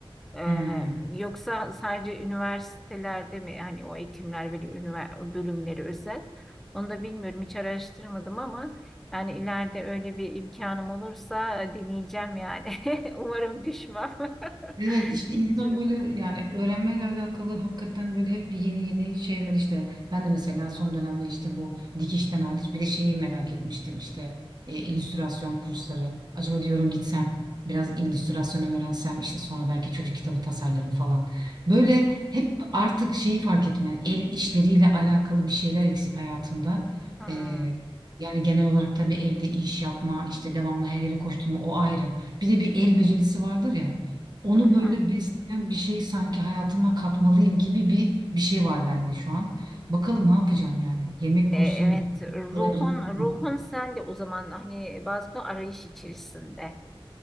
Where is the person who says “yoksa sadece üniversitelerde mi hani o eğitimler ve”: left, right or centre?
Centre